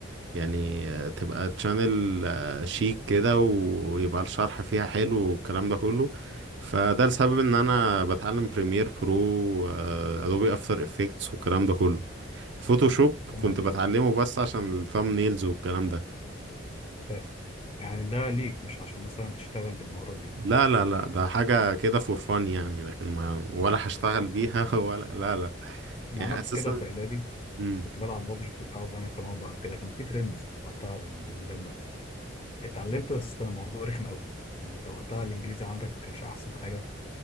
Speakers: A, on the right (about 60°); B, on the left (about 30°).
A: يعني آه، تبقى تشانل شيك كده ويبقى الشرح فيها حلو والكلام ده كله فده السبب ان انا بتعلم بريمير برو ادوبي افتر افكتس والكلام ده كله فوتوشوب
B: تمام
A: كنت بتعلمه بس عشان الثامب نيلز والكلام ده
B: فاهم يعني ده ليك مش عشان مثلا تشتغل بالمهارات دي
A: لا لا لا ده حاجة كده فور فان يعني لكن ما ولا
B: مم.
A: هشتغل بيها <laughs> ولا لا لا
B: انا
A: يعني
B: عملت
A: أساسا
B: كده في اعدادي
A: مم.
B: كنت بلعب بابجي كنت عاوز اعمل قناه بقى كده كان في ترند وقتها بال- بالمجال ده اتعلمت بس كان الموضوع رخم قوي انت وقتها الانجليزي عندك ما كانش احسن حاجه